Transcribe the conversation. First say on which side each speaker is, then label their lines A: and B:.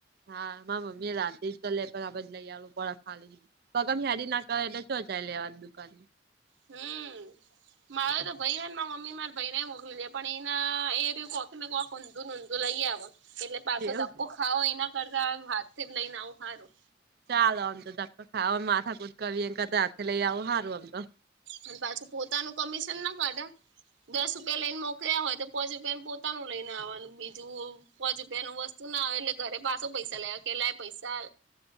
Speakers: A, on the right; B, on the right.
A: હા માર મમ્મી એ રાંધી તો <unintelligible> બધ લઈ આલુ <unintelligible> ખાલી પગ યારી નાખ એટલે સોં ચાય લેવાની દુકાન
B: હમ મારે તો ભાઈ ને મમ્મી મારે ભાઈને મોકલી દે પણ એના એ કોક ને કોક ઊંધુ નુંધુ લઈ આવે એટલે પાછો
A: એવું.
B: ધક્કો ખાવો એના કરતા હાથ જ લઈને આવું હારું
A: ચાલો આમ તો ધકો ખાવો માથા કુટ કરવી એના કરતા હાથી લઈ આવું હારું આમ તો
B: અને પાછું પોતાનું કમિશન ના કાઢા દસ રૂપિયા લઈને મો ક્યાં હોય તો પછી કે પોતાનું લઈને આવાનું બીજું પોંચ રૂપિયા નું વસ્તુ ના આવે એટલે ઘરે પાછો પૈસા લે કેલાય પૈસા